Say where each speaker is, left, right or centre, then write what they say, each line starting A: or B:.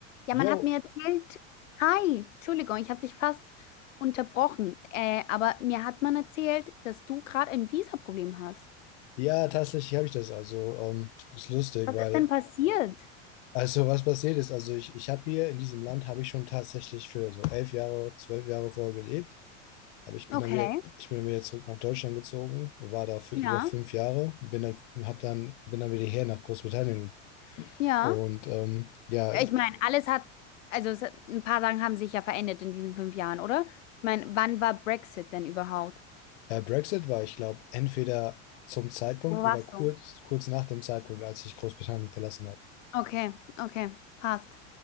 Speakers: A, on the left (about 85°); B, on the left (about 65°).
A: Ja, man
B: Jo,
A: hat mir erzählt, hi, Entschuldigung, ich habe dich fast unterbrochen, äh, aber mir hat man erzählt, dass du gerade ein Visa-Problem hast.
B: ja, tatsächlich habe ich das. Also, ähm, ist lustig,
A: Was
B: weil,
A: ist denn passiert?
B: also was passiert ist, also ich, ich habe hier in diesem Land, habe ich schon tatsächlich für so elf Jahre, zwölf Jahre vorher gelebt. Aber ich bin
A: Okay,
B: dann wieder, ich bin dann wieder zurück nach Deutschland gezogen, war da für
A: ja,
B: über fünf Jahre, und bin dann, hab dann, bin dann wieder her nach Großbritannien.
A: ja.
B: Und ähm, ja,
A: Ich meine, alles hat, also es, ein paar Sachen haben sich ja verändert in diesen fünf Jahren, oder? Ich meine, wann war Brexit denn überhaupt?
B: äh, Brexit war, ich glaube, entweder zum Zeitpunkt
A: Wo warst
B: oder kurz,
A: du?
B: kurz nach dem Zeitpunkt, als ich Großbritannien verlassen habe.
A: Okay, okay, passt.